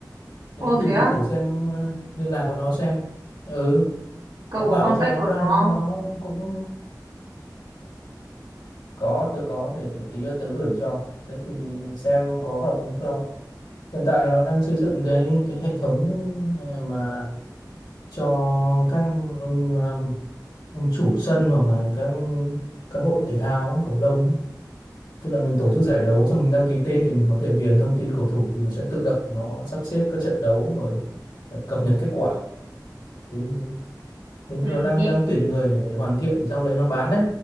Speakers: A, on the left (about 80°); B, on the right (about 75°).
A: thế
B: Ô
A: thì
B: thế á,
A: thử xem ờ, liên lạc của nó xem ừ
B: cậu
A: nó bảo
B: có contact
A: bây giờ nó
B: của
A: đang
B: nó không?
A: nó cũng có tôi có để, để tí nữa tớ gửi cho đấy thì xem có hợp lý không hiện tại là nó đang xây dựng cái cái hệ thống ờ, mà cho các ông um, ông chủ sân hoặc là các các hội thể thao á, cầu lông ấy. tức là mình tổ chức giải đấu xong mình đăng ký tên thì mình có thể điền thông tin cầu thủ thì nó sẽ tự động nó sắp xếp các trận đấu rồi ờ, cập nhật kết quả thì thế như
B: Ừ
A: nó đang
B: nghe
A: đang tuyển người để để hoàn thiện xong đấy nó bán đấy